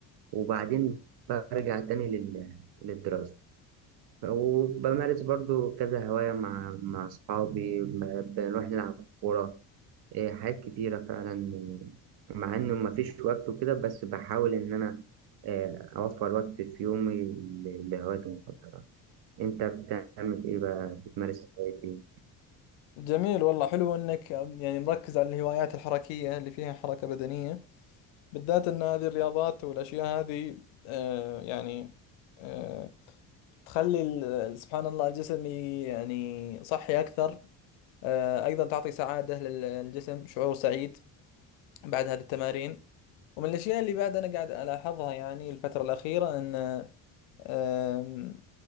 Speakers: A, on the right (about 60°); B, on the left (about 80°).
A: وبعدين برجع تاني لل- للدراسة وبمارس برضو كذا هواية مع مع أصحابي ب- بنروح نلعب كورة آه، حاجات كتيرة فعلا مع إنه مفيش وقت وكده بس بحاول إن أنا آه، أوفر وقت في يومي ل- لهوايتي المفضلة أنت بتعمل إيه بقى بتمارس هوايتي
B: جميل والله حلو إنك آم، يعني مركز على الهوايات الحركية اللي فيها حركة بدنية بالذات إن هذه الرياضات والأشياء هذه آه، يعني آه، تخلي ال- سبحان الله الجسم ي- يعني صحي أكثر آه، أيضا تعطي سعادة لل- للجسم شعور سعيد بعد هذه التمارين ومن الأشياء اللي بعد أنا قاعد ألاحظها يعني الفترة الأخيرة أن أم،